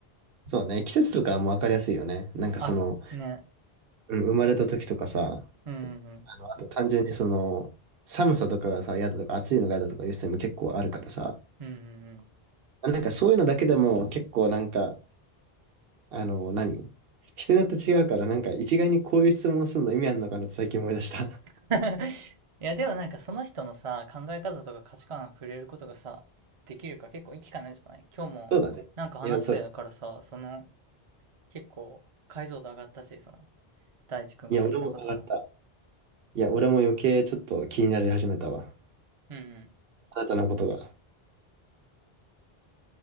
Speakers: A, on the right; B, on the right.
A: そうね。季節とかはもうわかりやすいよね。なんかその、
B: あ、ね。
A: うん、生まれた時とかさ、
B: うんうんうん。
A: あの、あと単純にその、寒さとかがさ、嫌だとか暑いのが嫌だとかいう人も結構あるからさ、
B: うんうんうん。
A: なんかそういうのだけでも結構なんかあの、何人によって違うから、なんか一概にこういう質問するの意味あるのかなって最近思い出した。
B: <laughs> いや、でもなんかその人のさ、考え方とか価値観が触れることがさ、できるから結構いい機会なんじゃない今日もなんか話したやからさ、
A: <laughs> そうだね。いや、そう。
B: その結構解像度上がったし、その大地君が好きなことの。
A: いや、俺も上がった。いや、俺も余計ちょっと気になり始めたわ。
B: うんうん。
A: あなたのことが。